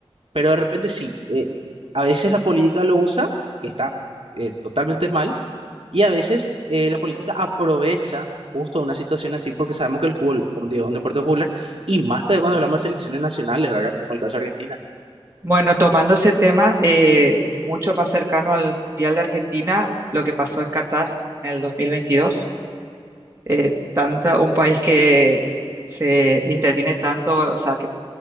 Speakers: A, on the right (about 60°); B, on the right (about 25°).
A: pero de repente sí, eh, a veces la política lo usa, que está eh, totalmente mal, y a veces eh, la política aprovecha justo una situación así, porque sabemos que el fútbol, como te digo, es un deporte popular, y más todavía cuando hablamos de selecciones nacionales, ¿verdad? Como el caso de Argentina.
B: Bueno, tomando ese tema eh, mucho más cercano al Mundial de Argentina, lo que pasó en Qatar en el 2022, eh, tanto, un país que se interviene tanto, o sea, que